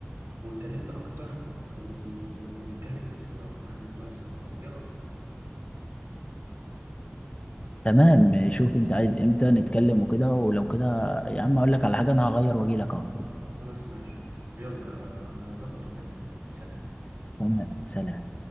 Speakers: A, on the right; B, on the left.
A: واتكلمنا اكتر و- ونتكلم باستفاضه اكتر عن موضوع السفر ده ايه رايك
B: تمام شوف انت عايز امتى نتكلم وكده ولو كده يا عم اقول لك على حاجه انا هغير واجي لك اهو
A: خلاص ماشي يلا آه، انا اظبط واكلمك سلام
B: تمام سلام